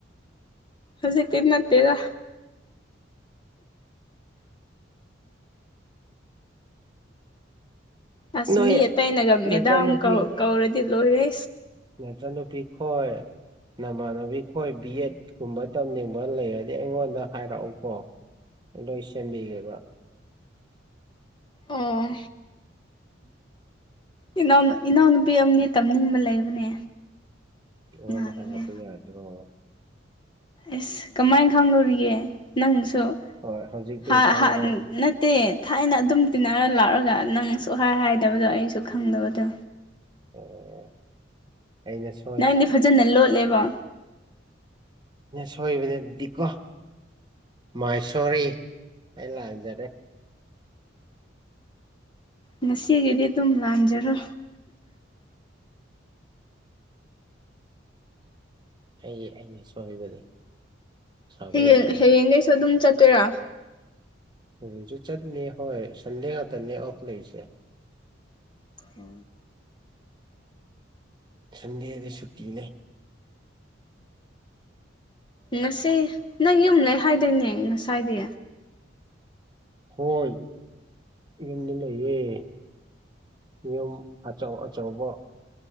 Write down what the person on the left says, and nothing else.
ꯍꯧꯖꯤꯛ ꯀꯟꯅ ꯇꯦꯔ ꯑꯁ
ꯃꯤ ꯑꯇꯩꯅꯒ
ꯃꯦꯗꯥꯝꯧ ꯀꯧꯔꯗꯤ ꯂꯣꯏꯔꯦ
ꯑꯣ ꯏꯅꯥꯎ ꯏꯅꯥꯎꯅꯨꯄꯤ ꯑꯃꯗꯤ ꯇꯝꯅꯤꯡꯕ ꯂꯩꯕꯅꯦ
ꯅꯍꯥꯟꯒꯤ
ꯑꯁ ꯀꯃꯥꯏꯅ ꯈꯪꯅꯨꯔꯤꯒꯦ ꯅꯪꯁꯨ
ꯍꯥ
ꯍꯥ ꯅꯠꯇ ꯊꯥꯏꯅ ꯑꯗꯨꯝ ꯇꯤꯟꯅꯔ ꯂꯥꯛꯑꯒ ꯅꯪ ꯁꯨꯡꯍꯥꯏ ꯍꯥꯏꯗꯕꯗꯣ ꯑꯩꯁꯨ ꯈꯪꯗꯕꯗꯣ
ꯅꯪꯗꯤ ꯐꯖꯅ ꯂꯣꯠꯂꯦꯕ
ꯉꯁꯤꯒꯤꯗꯤ ꯑꯗꯨꯝ ꯂꯥꯟꯖꯔꯣ
ꯍꯌꯦꯡ
ꯍꯌꯦꯡꯒꯩꯁꯨ ꯑꯗꯨꯝ ꯆꯠꯇꯣꯏꯔꯥ
ꯎ
ꯉꯁꯤ ꯅꯪ ꯌꯨꯝ ꯂꯩ ꯍꯥꯏꯗꯣꯏꯅꯦ ꯉꯁꯥꯏꯗꯤ